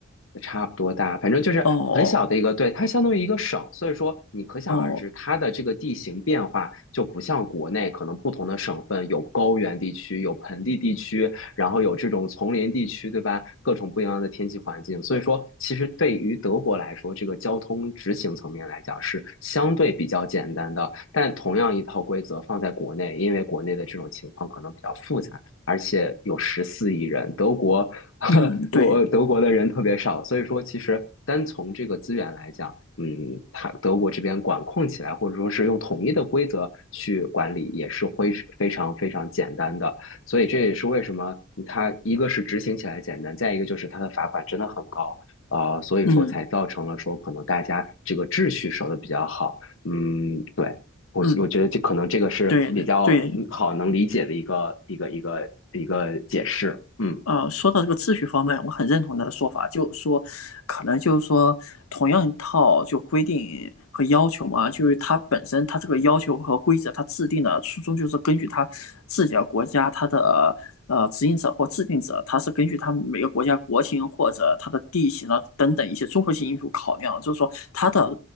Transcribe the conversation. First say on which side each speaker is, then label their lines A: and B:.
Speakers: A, on the left; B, on the left.
A: 差不多大，反正就是很小的一个，
B: 哦
A: 对，它相当于一个省，所以说你可想而知，
B: 哦，
A: 它的这个地形变化就不像国内，可能不同的省份有高原地区，有盆地地区，然后有这种丛林地区，对吧？各种不一样的天气环境，所以说其实对于德国来说，这个交通执行层面来讲是相对比较简单的。但同样一套规则放在国内，因为国内的这种情况可能比较复杂，而且有十四亿人，德国呵
B: 嗯，
A: <laughs>
B: 对，
A: 我德国的人特别少，所以说其实单从这个资源来讲。嗯，它德国这边管控起来，或者说是用统一的规则去管理，也是非非常非常简单的。所以这也是为什么它一个是执行起来简单，再一个就是它的罚款真的很高，呃，所以说才造成了说可能大家这个秩序守得比较好，
B: 嗯
A: 嗯，对我我觉得这可能这个是比较嗯好能理解的一个一个一个一个解释，
B: 嗯，对对对，
A: 嗯，
B: 呃，说到这个秩序方面，我很认同他的说法，就是说，可能就是说，同样一套就规定和要求嘛，就是它本身它这个要求和规则，它制定的初衷就是根据它自己的国家它的呃执行者或制定者，它是根据他们每个国家国情或者它的地形啊等等一些综合性因素考量，就是说它的